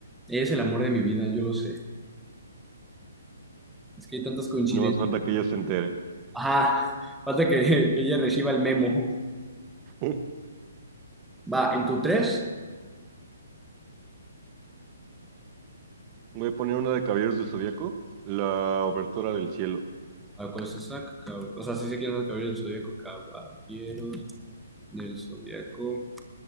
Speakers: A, in the centre; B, on the right (about 30°).
A: ella es el amor de mi vida, yo lo sé. Es que hay tantas coincidencias.
B: No más falta que ella se entere.
A: Ajá, falta que, que ella reciba el memo.
B: <laughs>
A: Va, en tu tres.
B: Voy a poner una de Caballeros del Zodíaco, la Obertura del Cielo.
A: A ver, ¿cuál es esa? Cab- O sea, sí sé quién es el caballero del zodiaco. Caballeros del zodiaco.